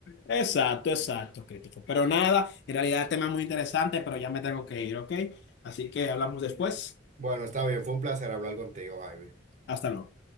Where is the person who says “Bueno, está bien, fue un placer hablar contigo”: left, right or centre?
Right